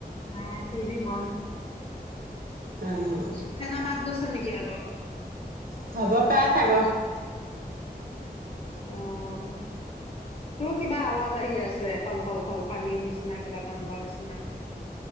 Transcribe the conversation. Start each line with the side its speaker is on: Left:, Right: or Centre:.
Left: নাই টিভি বন্ধ।
Right: উম
Left: ফে'ন মাত গৈছে নেকি? অঁ।
Right: হ'ব পাই চাগ।
Left: অঁ, তোৰ কিবা আৱাজ আহি আছে, সল, সল, সল পানীৰ নিচিনা কিবা কাম কৰোৱাৰ নিচিনা।